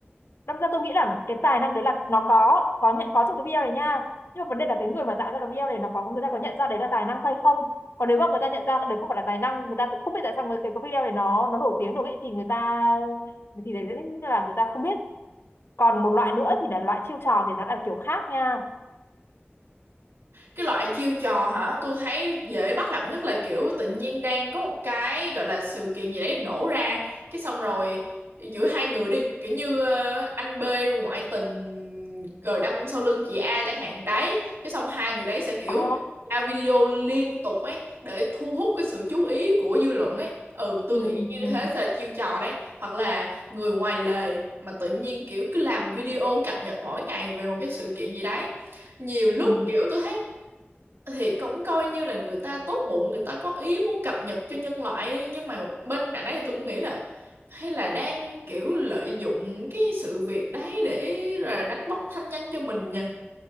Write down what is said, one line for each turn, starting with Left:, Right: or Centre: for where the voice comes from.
Left: đâm ra tôi nghĩ là cái tài năng đấy là nó có có nhận có trong cái BL này nha nhưng mà vấn đề là cái người mà tạo ra cái BL này nó có người ta có nhận ra đấy là tài năng hay không còn nếu mà người ta nhận ra đấy không phải là tài năng người ta cũng không biết tại sao cái, cái video này nó nó nổi tiếng được ấy, thì người ta thì đấy là người ta không biết còn một loại nữa thì là loại chiêu trò thì nó là kiểu khác nha
Right: cái loại chiêu trò hả tôi thấy dễ bắt gặp nhất là kiểu tự nhiên đang có một cái gọi là sự kiện gì đấy nổ ra cái xong rồi giữa hai người đi kiểu như ờ, anh B ngoại tình rồi đâm sau lưng chị A chẳng hạn đấy cái xong hai người đấy sẽ kiểu
Left: ờ
Right: ra video liên tục ấy để thu hút cái sự chú ý của dư luận ấy ừ tôi
Left: ừ,
Right: nghĩ như
Left: ừ,
Right: thế sẽ là chiêu trò đấy hoặc là người ngoài lề mà tự nhiên kiểu cứ làm video cập nhật mỗi ngày về một cái sự kiện gì đấy nhiều lúc
Left: ừ.
Right: kiểu tôi thấy thì cũng coi như là người ta tốt bụng người ta có ý muốn cập nhật cho nhân loại đi nhưng mà bên cạnh đấy thì tôi cũng nghĩ là hay là đang kiểu lợi dụng cái sự việc đấy để là đánh bóng thanh danh cho mình nha